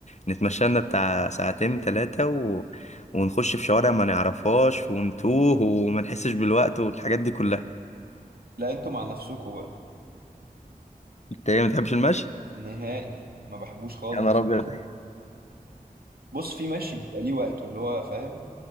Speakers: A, on the left; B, on the right.
A: نتمشى لنا بتاع ساعتين ثلاثه و... ونخش في شوارع ما نعرفهاش ونتوه وما نحسش بالوقت والحاجات دي كلها
B: لا انتوا مع نفسكوا بقى
A: انت ايه ما بتحبش المشي
B: نهائي ما بحبوش خالص
A: يا نهار ابيض
B: بص في ماشي بيبقى ليه وقته اللي هو فاهم